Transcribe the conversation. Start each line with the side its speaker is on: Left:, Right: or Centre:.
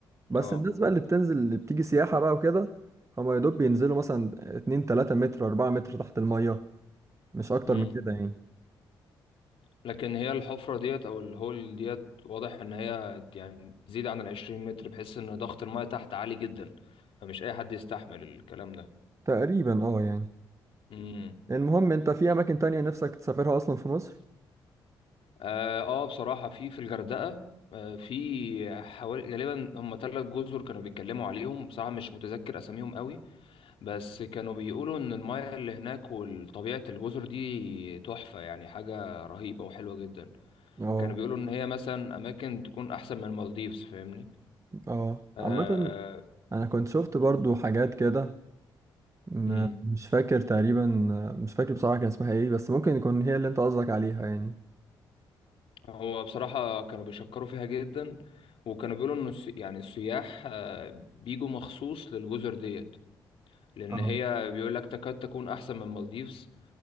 Right: بس
Left: اه
Right: الناس بقى اللي بتنزل اللي بتيجي سياحه بقى وكده هما يا دوب بينزلوا مثلا 2 3 متر 4 متر تحت الميه مش اكتر
Left: امم
Right: من كده يعني
Left: لكن هي الحفرة ديت او الهول ديت واضح ان هي يعني تزيد عن العشرين متر بحيث ان ضغط الماء تحت عالي جدا فمش اي حد يستحمل الكلام ده
Right: تقريبا اه يعني
Left: امم
Right: المهم انت في اماكن تانية نفسك تسافرها اصلا في مصر
Left: اه آه، بصراحة في في الغردقة آه، في حوالي غالبا هم ثلاث جزر كانوا بيتكلموا عليهم بصراحة مش متذكر أساميهم قوي بس كانوا بيقولوا إن المياه اللي هناك وطبيعة الجزر دي تحفة يعني حاجة رهيبة وحلوة جدا
Right: اه
Left: كانوا بيقولوا إن هي مثلا أماكن تكون أحسن من المالديفز فاهمني
Right: اه
Left: آه
Right: عامه انا كنت شفت برضو حاجات كده م-
Left: مم.
Right: مش فاكر تقريبا مش فاكر بصراحه كان اسمها ايه بس ممكن يكون هي اللي انت قصدك عليها يعني
Left: هو بصراحة كانوا بيشكروا فيها جدا وكانوا بيقولوا إن الس- يعني السياح آه، بيجوا مخصوص للجزر ديت لان
Right: اه
Left: هي بيقول لك تكاد تكون احسن من مالديفز